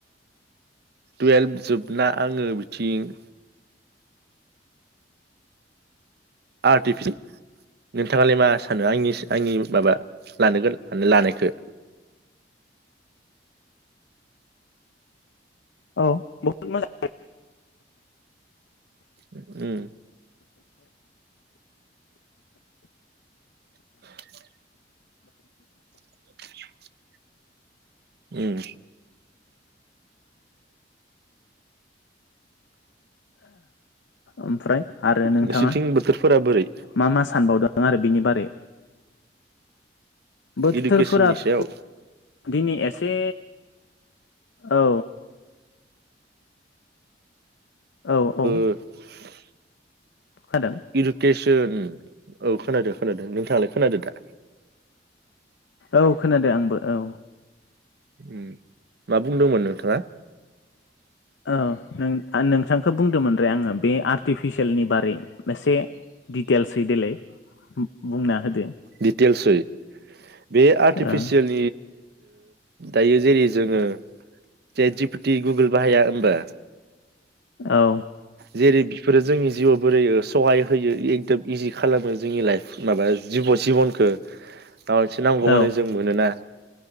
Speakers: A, on the right; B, on the left.
A: टुवेल्भ जोबना आङो बिथिं आर्टिफि नोंथाङालाय मा सानो आंनि आंनि माबा लानो गो लानायखौ
B: औ बहुत मोजां
A: उम <inaudible> <inaudible> उम
B: ओमफ्राय आरो नोंथाङा
A: नोंसोरनिथिं बोथोरफोरा बोरै
B: मा मा सानबावदों आरो बिनि बारै बोथोरफोराथ'
A: इडुकेसननि सायाव
B: दिनै एसे औ औ औ
A: <unintelligible>
B: खोनादों
A: इडुकेसन औ खोनादो खोनादो नोंथाङालाय खोनादो दा
B: औ खोनादो आंबो औ
A: उम मा बुंदोंमोन नोंथाङा
B: ओ नों आ नोंथांखौ बुंदोंमोन रे आङो बे आर्टिफिसियेलनि बारै मोनसे दिटेल्सै देलाय बुंना होद
A: दिटेल्सहै बे आर्टिफिसियेल
B: औ
A: दायो जेरै जोङो चेट जि पि टि गुगोल बाहाया होमबा
B: औ
A: जेरै बिफोरो जोंनि जिउआव बोरै सहाय होयो एकदम इजि खालामो जोंनि लाइफ माबा जिब' जिबनखो माबा मोनसे नांगौबानो
B: औ
A: जों मोनोना